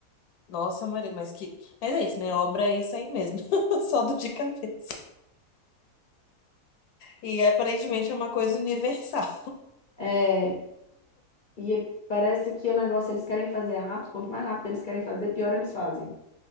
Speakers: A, on the left; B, on the left.
A: nossa, Maria, mas que. Mas é isso, né? Obra é isso aí mesmo, <laughs> só do de cabeça. E aparentemente é uma coisa universal.
B: É, e parece que o negócio eles querem fazer rápido. Quanto mais rápido eles querem fazer, pior eles fazem.